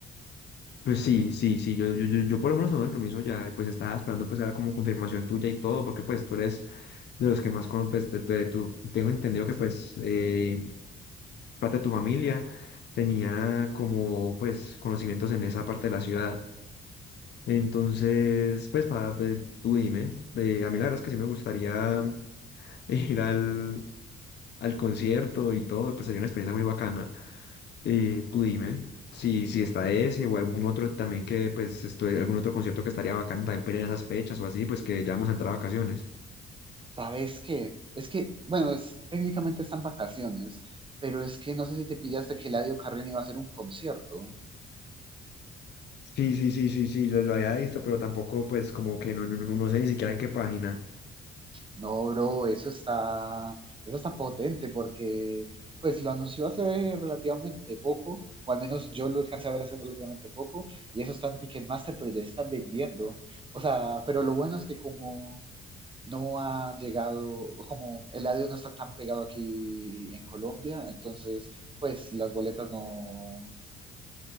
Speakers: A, on the left; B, on the right.
A: Pues sí, sí, sí, yo, yo, yo, yo por lo menos tengo el permiso ya, y pues estaba esperando pues era como confirmación tuya y todo, porque pues tú eres de los que más conoces, pues, de, de tu- tengo entendido que pues eh, parte de tu familia tenía como pues conocimientos en esa parte de la ciudad. Entonces, pues, para, tú dime, eh, a mí la verdad es que sí me gustaría <laughs> ir al, al concierto y todo, pues sería una experiencia muy bacana. Y tú dime si, si está ese o algún otro también que, pues, esto- algún otro concierto que estaría bacano también para ir en esas fechas o así, pues que ya vamos a entrar a vacaciones.
B: ¿Sabes qué? Es que, bueno, es, técnicamente están vacaciones, pero es que no sé si te pillaste que Eladio Carrión iba a hacer un concierto.
A: Sí, sí, sí, sí, sí, lo, lo había visto, pero tampoco, pues, como que no, no, no, no sé ni siquiera en qué página.
B: No, bro, eso está, eso está potente porque pues lo anunció hace relativamente poco, o al menos yo lo alcancé a ver hace relativamente poco, y eso está en Ticketmaster, pero ya se están vendiendo. O sea, pero lo bueno es que como no ha llegado, como el audio no está tan pegado aquí en Colombia, entonces pues las boletas no,